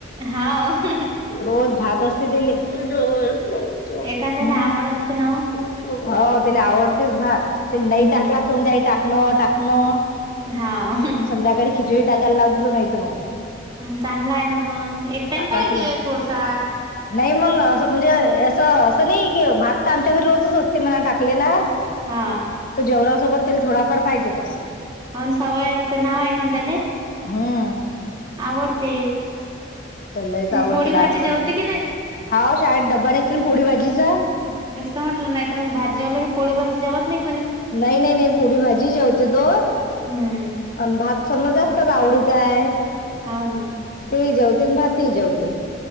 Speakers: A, on the right; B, on the left.
A: हाव
B: रोज भात असते त्याले. हम्म
A: एखाद्याला आवड असते ना ओ
B: हो त्याले आवडतेच भात ते
A: हम्म
B: नाही काही टाकणं टाकणं
A: हाव
B: संध्याकाळी खिचडी टाकायला लावते तो नाहीत मग.
A: हा चांगला आहे ना मग न एक टाईम
B: टाकासला
A: पाहिजे थोडसा.
B: नाही मग अस म्हणजे असं असं नाही की भात तर आमच्या घरी रोजच असते म्हणा टाकलेला.
A: हा
B: तर जेवनासोबत तेल थोडाफार पाहिजेतस.
A: होन सवय असते ना ओ एखाद्याले.
B: हम्म
A: आवडते
B: तेले लईच
A: मग
B: आवडते
A: पोळी
B: लहानपणा
A: भाजी जेवते की नाही
B: हाव शाळेत डब्बा नेते न पोळी भाजीचा.
A: तेस त म्हटलं नाही तर मग भात जेवला की पोळी भाजी जेवत नाहीत.
B: नाही नाही नाही पोळी भाजी जेवते तो
A: हम्म
B: अन भात समजा जास्तच आवडीचा आहे.
A: हाव ना
B: ते ही जेवते अन भात ही जेवते.